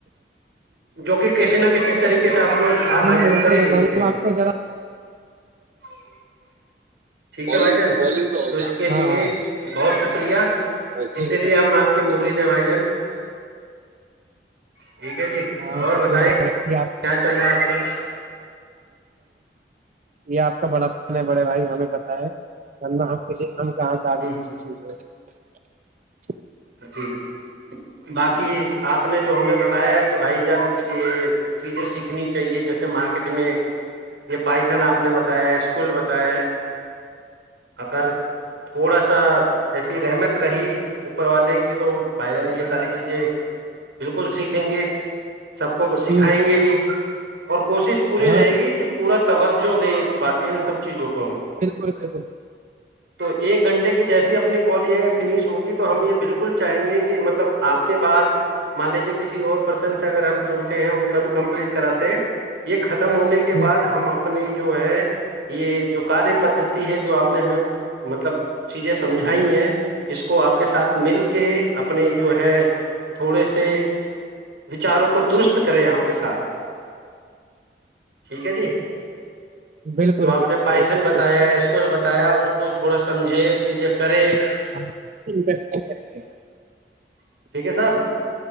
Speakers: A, on the right; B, on the right.
A: جو کہ کسی نہ کسی طریقے سے آپ لوگ آپ
B: جی
A: بھاجن
B: جی
A: کر
B: میں
A: ہی دیتے
B: بتاؤں گا
A: ہیں
B: آپ کو ذرا
A: حالات حاضرہآج ٹھیک
B: کالنگ
A: ہے بھائی جان
B: کالنگ ہو
A: تو
B: گیا
A: اس کے
B: ہاں
A: لیے
B: ہاں
A: بہت شرییہ
B: اچھا
A: اسی لیے ہم آپ کے مرید ہیں بھائی جان ٹھیک ہے جی
B: ہاں
A: اور
B: شکریہ
A: بتائیں
B: ب آپ
A: کیا چل رہا ہے آج کل
B: یہ آپ بڑا پن ہے بڑے بھائی یہ بھیہ بتائے ہم ک کہاں کا بھیل
A: ہ
B: کیسی چیز ہے <unintelligible> اچھا <unintelligible>
A: جی باقی آپ نے جو ہمیں بتایا کہ بھائی جان یہ چیزیں سیکھنی چاہیے جیسے مارکیٹ میں یہ پائتھن آپ نے بتایا ہے اسکول بتایا ہے اگر تھوڑا سا ایسی رحمت رہی <unintelligible> پر والے کی تو بھائی جان یہ ساری چیزیں بالکل سیکھیں گے <unintelligible> سب کو سکھائیں
B: ہ
A: گے بھی <unintelligible> اور کوشش پوری
B: ہاں
A: رہے گی کہ پورا <unintelligible> توجہ دیں اس بار ان سب چیزوں کو <unintelligible>
B: بالکل بالکل <unintelligible>
A: تو ایک گھنٹے کی جیسی اپنی کال یہ فینش ہوگی تو <unintelligible> ہم یہ بالکل چاہیں گے کہ مطلب آپ کے بعد مان لیجیے کسی اور پرسن سے اگر ہم جڑتے ہیں ان کا بھی کمپلیٹ کراتے ہیں یہ خطر ختم ہونے کے
B: ہ
A: بعد ہم اپنی <unintelligible> جو ہے یہ جو کاریہ پدتی ہے جو آپ نے ہمیں مطلب چیزیں سمجھائی ہیں اس کو آپ پ کے ساتھ مل کے اپنے جو ہے تھوڑے سے وچاروں کو درست کریں آپ کے ساتھ ٹھیک ہے جی
B: بالکل
A: جو آپ
B: بالکل
A: نے پائتھن
B: بے شک
A: بتایا اسکول بتایا اس کو تھوڑا سمجھے چیزیں کر <unintelligible>
B: ہاں <unintelligible> ھ
A: ٹھیک ہے صاحب